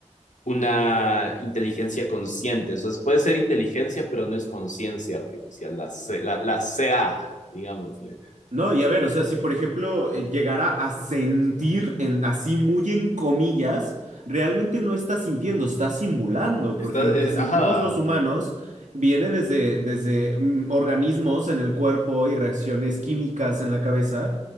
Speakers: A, on the left; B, on the right.
A: una inteligencia consciente, o sea, puede ser inteligencia pero no es conciencia artificial, la, C, la, la CA, digámosle.
B: No, y a ver, o sea, si por ejemplo eh, llegara a sentir en, así muy en comillas, realmente no está sintiendo, está simulando,
A: Está,
B: porque lo
A: eh,
B: que sentimos
A: ajá,
B: los humanos viene desde, desde mm, organismos en el cuerpo y reacciones químicas en la cabeza,